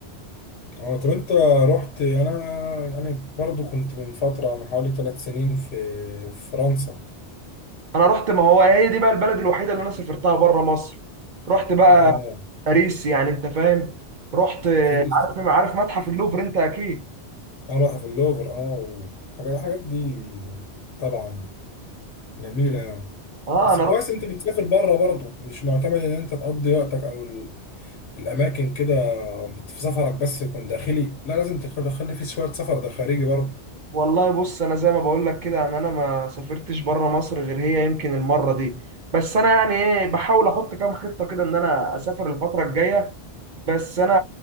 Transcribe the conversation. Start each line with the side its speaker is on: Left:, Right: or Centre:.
Left: اه طب انت رحت يعني انا يعني برضو كنت من فتره من حوالي ثلاث سنين في في فرنسا
Right: انا رحت ما هو هي دي بقى البلد الوحيده اللي انا سافرتها بره مصر رحت بقى
Left: اه
Right: باريس يعني انت فاهم رحت
Left: باريس
Right: عارف عارف متحف اللوفر انت اكيد
Left: اه متحف اللوفر اه والحاجات الحاجات دي طبعا جميلة يعني
Right: اه
Left: بس
Right: انا
Left: كويس
Right: رحت
Left: انت بتسافر بره برضه مش معتمد ان انت تقضي وقتك او ال- في الاماكن كده في سفرك بس يكون داخلي لا لازم تخ- تخلي فيه شوية سفر ده خارجي برضه
Right: والله بص انا زي ما بقول لك كده ان انا ما سافرتش بره مصر غير هي يمكن المره دي بس انا يعني ايه بحاول احط كام خطه كده ان انا اسافر الفتره الجايه بس انا